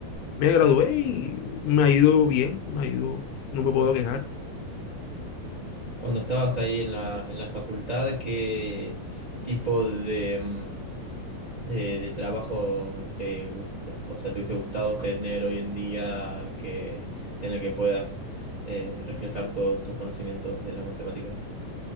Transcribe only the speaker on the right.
Cuando estabas ahí en la, en la facultad, ¿qué tipo de, mm, de, de trabajo te gusta, o sea, te hubiese gustado tener hoy en día que, en el que puedas eh, reflejar todos tus conocimientos de la matemática?